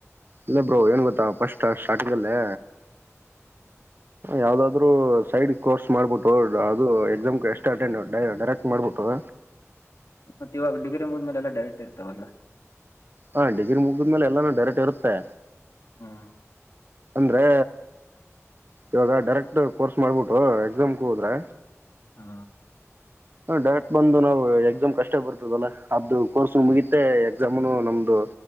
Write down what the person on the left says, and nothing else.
ಮತ್ತೆ ಇವಾಗ ಡಿಗ್ರಿ ಮುದ್ಮೇಲೆ ಎಲ್ಲ ಡೈರೆಕ್ಟ್ ಇರ್ತಾವಲ್ಲ.
ಹ್ಮ್
ಹಾ.